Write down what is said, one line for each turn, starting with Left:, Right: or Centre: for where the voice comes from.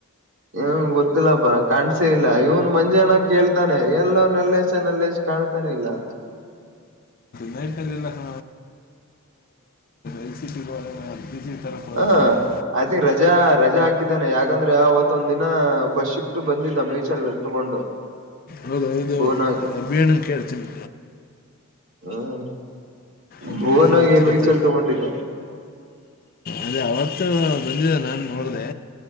Right: ಹಏ ಗೊತ್ತಿಲ್ಲಪ್ಪ ಕಾಣ್ಸೇ ಇಲ್ಲ ಇವನ್ ಮಂಜಾನ ಕೇಳ್ತಾನೆ ಎಲ್ಲ ನಲ್ಲಸ ನಲ್ಲಸ ಕಾಣ್ತಾನೆ ಇಲ್ಲ ಅಂತ
Left: ನೈಟ್ಲ್ ಎಲ್ಲ ಸಮ <unintelligible> ಹೋದ
Right: ಹಾ
Left: ಸೀರಿಯಲ್
Right: ಐ ತಿಂಕ್ ರಜಾ ರಜಾ ಹಾಕಿದ್ದಾನೆ ಯಾಕಂದ್ ಅವತ್ತೊಂದ ದಿನ ಫಸ್ಟ್ ಶಿಫ್ಟ್ ಬಂದಿದ್ದ ಮೀಚಲ್ಲಿ ತಗೊಂಡು
Left: ಹೌದ ಹೌದು
Right: ಭುವನಾಗ್
Left: ಅಭಿಣ್ಣನ್ ಕೇಳ್ತೀನಿ
Right: ಹ್ಮ
Left: ಅಭಿಯಣ್ಣಂಗೆ
Right: ಬೋನಗೆ
Left: ಗೊತ್ತಿರುತ್ತೆ
Right: ಮ್ಯೂಚಲ್ ತಗೊಂಡಿದ್ದ
Left: ಅದೇ ಅವತ್ತು ಬಂದಿದೆ ನಾನ್ ನೋಡ್ದೆ.